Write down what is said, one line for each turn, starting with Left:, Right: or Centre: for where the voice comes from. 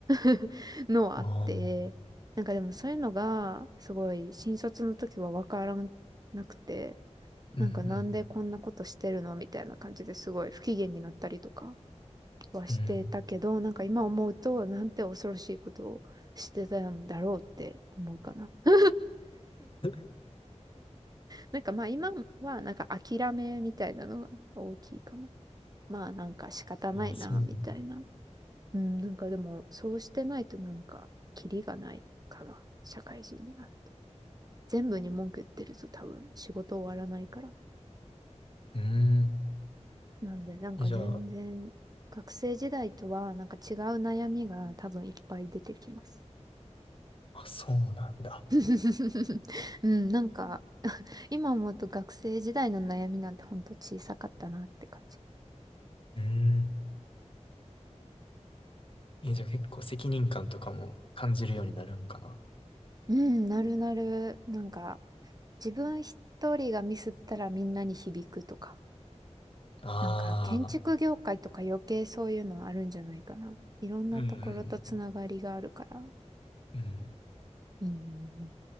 Right: <laughs> のはあって、
Left: ああ、
Right: なんかでもそういうのが、すごい新卒の時はわからなくて、
Left: うんうん。
Right: なんかなんでこんなことしてるのみたいな感じですごい不機嫌になったりとか。はしてたけど、
Left: へ
Right: なんか今思うと、なんて恐ろしいことをしてたんだろうって思うかな。<laughs>
Left: え
Right: なんかまあ今はなんか諦めみたいなのが大きいかも。まあなんか仕方ないな、
Left: あ <laughs> あ、そうなの。
Right: みたいな。うん、なんかでもそうしてないとなんかキリがないかな。社会人になると。全部に文句言ってると多分仕事終わらないから。
Left: うん。
Right: なんでなんか全然学生時代とはなんか違う悩みが多分いっぱい出てきます。
Left: えじゃあ、あ、そうなんだ。
Right: <laughs> うん、なんか、今思うと学生時代の悩みなんてほんと小さかったなって感じ。
Left: うん。え、じゃあ結構責任感とかも感じるようになるんかな。
Right: うん、なるなる。なんか、自分一人がミスったらみんなに響くとか。
Left: ああ、
Right: なんか、建築業界とか余計そういうのはあるんじゃないかな。いろんなところとつながりがあるから。
Left: うんうんうん。うん。
Right: うん。